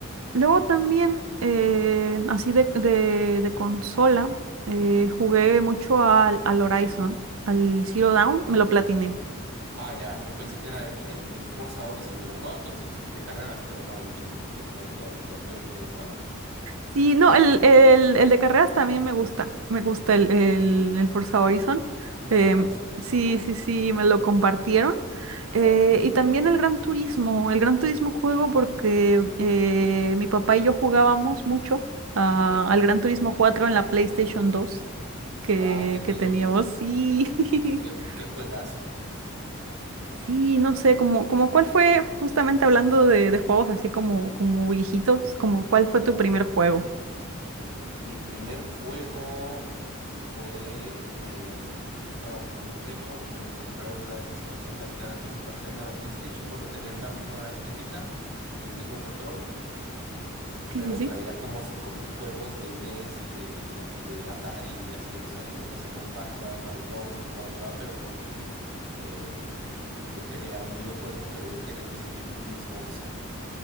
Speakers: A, on the right (about 70°); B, on the right (about 90°).
A: Luego también, eh, así de, de, de consola, eh, jugué mucho al, al Horizon, al Zero Dawn, me lo platiné.
B: Ah, ya, yo pensé que era el, el, el Forza Horizon y yo, wow, todos te gustan de carreras, pero no, el, el- ya, ya, ya, ya, yo vi que de cuál hablas.
A: Sí, no, el, el, el de carreras también me gusta, me gusta el, el, el Forza Horizon.
B: Forza
A: em,
B: Horizon es
A: sí,
B: muy bueno.
A: sí, sí, me lo compartieron. Eh,
B: Wow,
A: y también el Gran Turismo, el Gran Turismo juego porque eh, mi papá y yo jugábamos mucho ah,
B: ok.
A: al Gran Turismo cuatro en la PlayStation dos que,
B: Wow, qué tiempos
A: que teníamos, sí.
B: y qué,
A: <laughs>
B: qué juegazo.
A: Sí, no sé, como, como cuál fue, justamente hablando de, de juegos así como, como viejitos, como cuál fue tu primer juego.
B: Mi primer juego fue, eh, yo estaba muy pequeño y me compraron una de esas consolas que, que se parecían a la PlayStation, bueno, tenían la misma estética y el mismo control.
A: Sí,
B: pero
A: sí, sí.
B: traía como 5000 juegos de NES y de, y de Atari y así. O sea, yo empecé con Pac-Man, Mario Bros, bla, bla, bla, pero porque eh, yo quería un videojuego, pero yo quería en ese tiempo un Xbox.